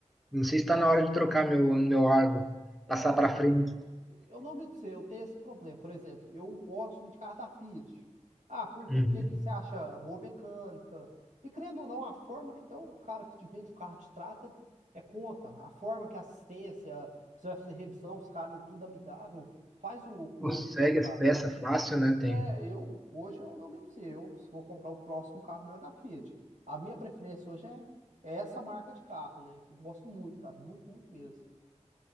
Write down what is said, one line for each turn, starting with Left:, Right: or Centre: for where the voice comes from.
Centre: não sei se está na hora de trocar meu, meu Argo,
Right: É
Centre: passar para frente.
Right: Eu não me sei, eu tenho esse problema. Por exemplo, eu gosto muito de carro da Fiat. Ah, por quê?
Centre: Uhum.
Right: Porque aqui você acha a boa mecânica. E querendo ou não, a forma que então, o cara que te vende o carro te trata é conta. A forma que a assistência, você vai fazer revisão, os caras, é tudo amigável, faz o cliente
Centre: Consegue
Right: gostar.
Centre: as peças fácil, né?
Right: É,
Centre: Tem.
Right: eu, hoje eu não me sei. Eu, se for comprar o próximo carro meu é da Fiat. A minha preferência hoje é, é essa marca de carro, né? Eu gosto muito, cara, muito, muito mesmo.